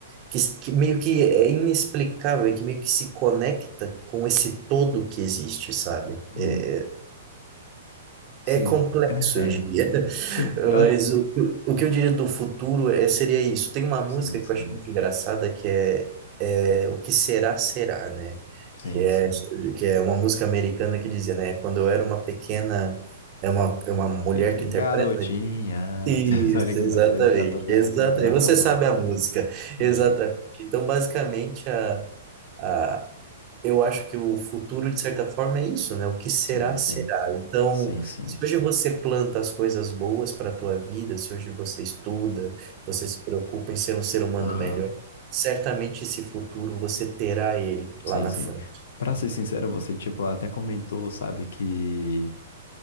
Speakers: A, on the right; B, on the left.
A: que, s- que meio que é inexplicável, e que meio que se conecta com esse todo que existe, sabe?
B: Hum,
A: É, é
B: Sim,
A: é complexo,
B: eu entendo.
A: eu diria. <laughs>
B: Sim, eu,
A: Mas o, que eu- o que eu diria do futuro é, seria isso. Tem uma música
B: Sim, sim,
A: que eu acho muito engraçada que é, é O que será, será, né?
B: sim,
A: Que é,
B: sim.
A: que é uma música americana que dizia, né? Quando eu era uma pequena. É uma, é uma mulher
B: Peque-
A: que interpreta,
B: Garotinha.
A: né? Isso,
B: <laughs> Tá ligado?
A: exatamente,
B: Eu Já tô viajando,
A: exatamente.
B: é outra
A: Você
B: música.
A: sabe a música,
B: Aham.
A: exatamente. Então, basicamente, a, a, eu acho que o futuro, de certa forma, é isso, né? O que será,
B: Sim, sim.
A: será. Então,
B: Sim, sim.
A: se hoje você planta as coisas boas para a tua vida, se hoje você estuda, você se preocupa em ser um ser humano
B: Aham.
A: melhor, certamente esse futuro você terá ele lá
B: Sim,
A: na
B: sim.
A: frente,
B: Pra
A: entende?
B: ser sincero, você, tipo, até comentou, sabe, que.